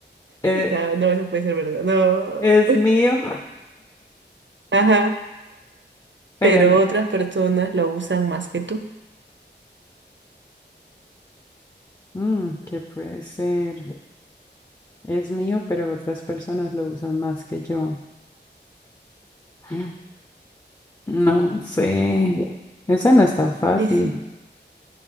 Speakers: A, on the left; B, on the right.
A: Eh,
B: No, no, eso puede ser verdad. No.
A: es mío,
B: Ajá.
A: pero
B: Pero
A: n-
B: otras personas lo usan más que tú.
A: mm, ¿qué puede ser? Es mío, pero otras personas lo usan más que yo. Mm, No sé. Esa no está fácil.
B: Sí, sí. sí.